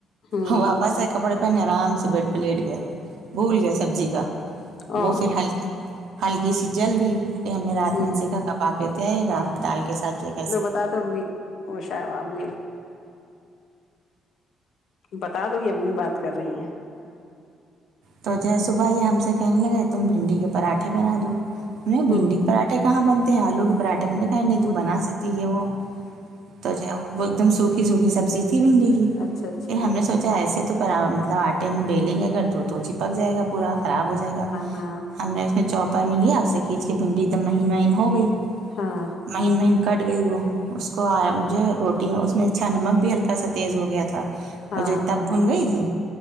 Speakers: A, on the left (about 70°); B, on the right (about 75°).
A: ہوں
B: ہو آپ پس کپڑے پہننے آرام سے بیڈ پے لیٹ گئے بھول گیا سبزی کا
A: اور
B: وہ پھر ہلکی ہلکی سی جل گئی یہ ہمیں رات
A: ہوں
B: میں ان سے کا کباب دیتے آئے گا آپ دال کے ساتھیک
A: لو بتا دو امی وہشا امی بتا دو گی امی بات کر رہی ہیں
B: تو جو ہے صبح یہ ہم سے کہنے لگے تم بھنڈی کے پراٹھے بنا دو انہیں بھنڈی
A: ہ
B: پراٹھے کہاں بنتے ہیں آلو کے پراٹھے بنے کہیں نہیں
A: ہ
B: تو بنا سکتی ہے وہ تو جو وہ وہ ایک دم سوکھی سوکھی سبزی تھی بھنڈی کی
A: اچھا اچھا
B: پھر ہم نے سوچا ایسے تو پر مطلب آٹے میں بیلیں گے اگر تو تو چپک جائے گا پورا خراب ہو جائے گا
A: ہاں
B: ہم نے اس میں چوپر میں لیا اس سے کھینچ کے بھنڈی ایک دم مہین مہین ہو گئی
A: ہاں
B: مہین مہین کٹ گئی وہ اس کو ا مجھے روٹی اس میں اچھا نمک بھی ہلکا سا تیز ہو گیا تھا
A: ہاں
B: وہ جو تب
A: ہاں
B: بھن گئی تھی